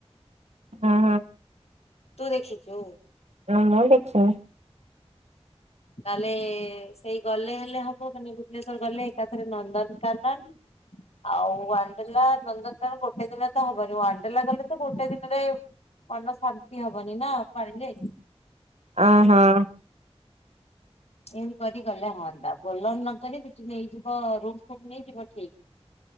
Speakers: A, on the right; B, on the left.
A: ହଁ ହଁ।
B: ତୁ ଦେଖିଚୁ?
A: ନାଁ ମୁଁ ଦେଖିନି।
B: ତାହେଲେ ସେଇ ଗଲେ ହେଲେ ହବ ମାନେ ଭୁବନେଶ୍ଵର ଗଲେ ଏକାଥରେ ନନ୍ଦନକାନନ ଆଉ ୱାଣ୍ଡଲା। ନନ୍ଦନକାନନ ତ ଗୋଟେ ଦିନରେ ତ ହବନି ୱାଣ୍ଡେଲା ଗଲେ ତ ଗୋଟେ ଦିନରେ ମନ ଶାନ୍ତି ହବନି ନା ପାଣିରେ।
A: ଅ ହଁ।
B: ଏମିତି କରି ଗଲେ ହଅନ୍ତା ବୋଲର ନକରି ସେଠି ନେଇଯିବ ରୁମ୍ ଫୁମ୍ ନେଇଯିବ ଠିକ।